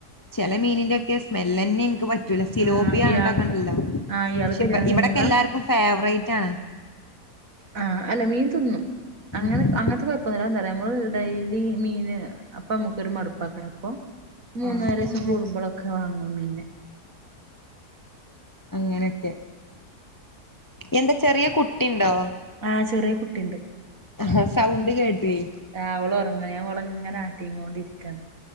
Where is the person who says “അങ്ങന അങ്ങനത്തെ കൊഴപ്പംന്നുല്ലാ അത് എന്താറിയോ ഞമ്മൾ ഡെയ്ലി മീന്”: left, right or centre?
Right